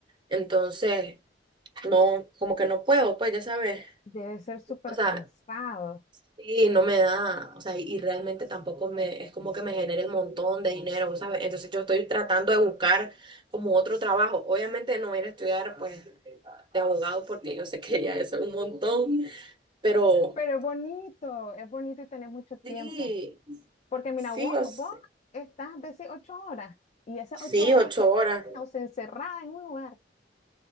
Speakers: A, on the right; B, on the left.
A: Entonces, no, como que no puedo, pues ya sabes.
B: Debe ser súper
A: O sea,
B: cansado,
A: y no me da, o sea, y, y realmente tampoco me, es como que me genere un montón de dinero, ¿sabes? Entonces yo estoy tratando de buscar como otro trabajo. Obviamente no voy a ir a estudiar, pues, de abogado porque yo sé que ya es un montón, pero
B: pero es bonito, es bonito y tenés mucho tiempo.
A: sí.
B: Porque mira,
A: Sí,
B: vos,
A: o s-
B: vos estás de esas ocho horas y esas
A: Sí,
B: ocho horas
A: ocho
B: que
A: horas.
B: o sea, encerrada en un lugar.